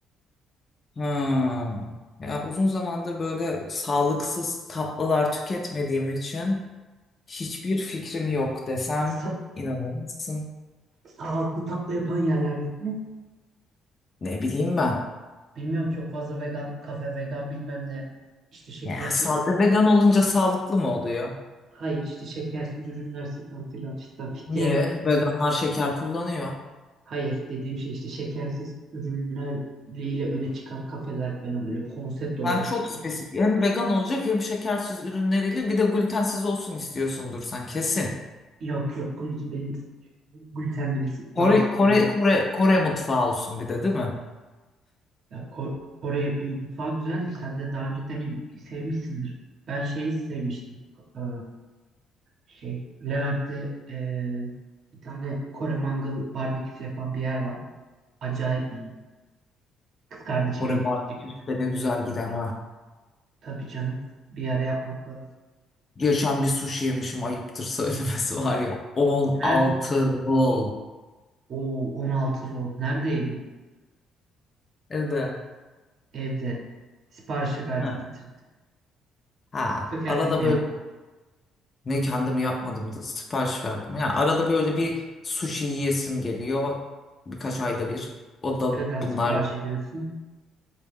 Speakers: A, on the left; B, on the right.
A: Hmm. Ya uzun zamandır böyle sağlıksız tatlılar tüketmediğim için hiçbir fikrim yok desem
B: Sa-
A: inanır mısın?
B: sağlıklı tatlı yapan yerler yok mu?
A: Ne bileyim ben.
B: Bilmiyorum çok fazla vegan kafe vegan bilmem ne. İşte şekersiz.
A: Ya sağlıklı vegan olunca sağlıklı mı oluyor?
B: Hayır işte şekersiz ürünler satan filan fistan fit
A: Niye?
B: yer-
A: Veganlar şeker kullanıyor.
B: Hayır dediğim şey işte şekersiz ürünlerle öne çıkan kafeler falan öyle konsept olarak
A: Ben çok
B: işte.
A: spesifik. Hem vegan olacak hem şekersiz ürünleriyle bir de glutensiz olsun istiyorsundur sen kesin.
B: Yok yok glü- benim glutenle bir
A: Kore,
B: rahatsızlığım
A: Kore,
B: yok.
A: Kore, Kore mutfağı olsun bir de değil mi?
B: Ya Ko- Kore e, mutfağı güzel. Sen de daha önce dene sevmişsindir. Ben şeyi sevmiştim. Ee, şey Levent'te e, bir tane Kore mangal barbeküsü yapan bir yer var. Acayip iyi. Kız kardeşimle
A: Kore
B: gitmiştik.
A: barbeküsü de ne güzel gider ha.
B: Tabii canım. Bir ara yapmak lazım.
A: Geçen bir sushi yemişim ayıptır söylemesi var ya. 16
B: Nerede?
A: rol.
B: O 16 rol. Nerede yedin?
A: Evde.
B: Evde. Siparişi verdin
A: Ha.
B: getirdin.
A: Ha.
B: Yoksa kendin
A: Arada
B: mi
A: böyle
B: yaptın?
A: ne kendimi yapmadım da sipariş verdim. Ya arada böyle bir sushi yiyesim geliyor. Birkaç
B: Hı.
A: ayda bir. O da
B: Nereden sipariş
A: bunlar.
B: ediyorsun?